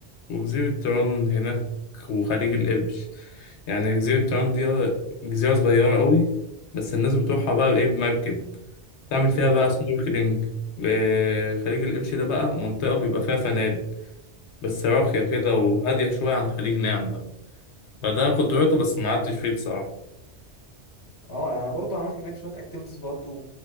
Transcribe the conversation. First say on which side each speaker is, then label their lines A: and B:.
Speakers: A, on the left (about 75°); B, on the left (about 20°).
A: وجزيره طيران هناك وخليج القرش يعني جزيره طيران دي جزيره صغيره قوي بس الناس بتروحها بقى بايه بمركب تعمل فيها بقى
B: اه
A: سنوركلينج آه، خليج القرش ده بقى منطقه بيبقى فيها فنادق بس راقية كده وهادية شوية عن خليج نعمة فده كنت روحته بس ما قعدتش فيه بصراحة
B: اه يعني انا برضو عملت هناك شويه اكتيفيتيز برضو